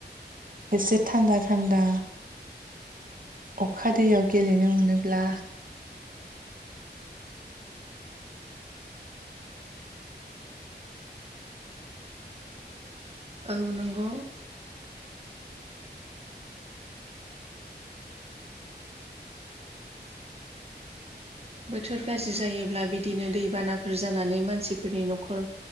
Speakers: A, on the right; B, on the right.
A: एसे थान्दा थान्दा अखा दैयाव गेलेनो मोनोब्ला
B: औ नंगौ बोथोर गाज्रि जायोब्ला बिदिनो दैबानाफोर जानानै मानसिफोरनि न'खर